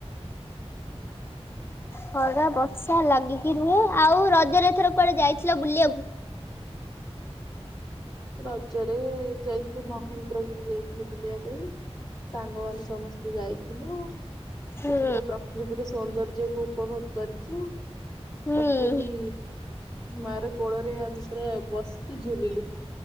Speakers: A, on the left; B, on the left.
A: ଖରା ବର୍ଷା ଲାଗିକି ରୁହେ ଆଉ ରଜରେ ଏଥର କୁଆଡେ ଯାଇଥିଲା ବୁଲିବାକୁ?
B: ରଜରେ ଯାଇଥିଲି ମହେନ୍ଦ୍ରଗିରି ଯାଇଥିଲି ବୁଲିବା ପାଇଁ। ସାଙ୍ଗମାନୋନ ସମସ୍ତେ ଯାଇଥିଲୁ।
A: ହୁଁ
B: ସେଠିପୁରା ପ୍ରକୃତିର ସୌନ୍ଦର୍ଯ୍ୟ କୁ ଉପଭୋଗ କରିଚୁ।
A: ହୁଁ
B: ପ୍ରକୃତି ମା ର କୋଳରେ ଆମେ ପୁରା ବସିକି ଝୁଲିଲୁ।